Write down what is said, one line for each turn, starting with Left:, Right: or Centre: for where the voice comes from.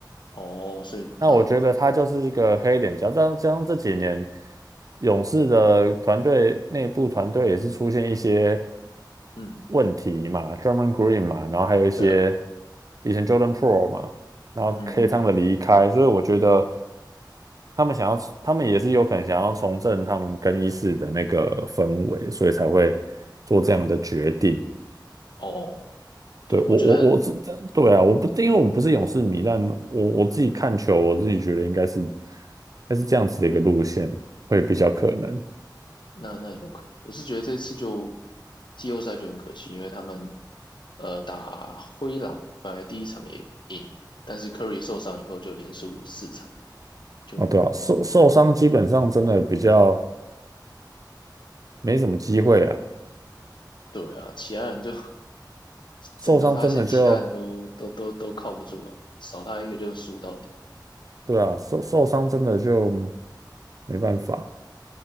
Left: 哦，所以要
Right: 那我觉得他就是一个黑脸加上加上这几年勇士的团队内部团队也是出现一些
Left: 嗯，
Right: 问题嘛，Draymond Green 嘛，然后还有一些
Left: 对啊，
Right: 以前 Jordan p r o 嘛，然后
Left: 嗯，
Right: K 汤的离开，所以我觉得他们想要，他们也是有可能想要重振他们更衣室的那个氛围，所以才会做这样的决定。
Left: 哦，对，
Right: 对，
Left: 我觉得。
Right: 我我我是对啊，我不，因为我不是勇士迷，但我我自己看球，我自己觉得应该是，应该是这样子的一个路线会比较可能
Left: 嗯那那有可能，我是觉得这次就季后赛就很可惜，因为他们呃打灰狼本来第一场也赢，但是 Curry 受伤以后就连输四场，就
Right: 啊。对啊，受受伤基本上真的比较没什么机会啊，
Left: 对啊，其他人就 <laughs>
Right: 受伤真的就
Left: 整个发现其他人都都都都靠不住啊，少他一个就输到底。
Right: 对啊，受受伤真的就没办法。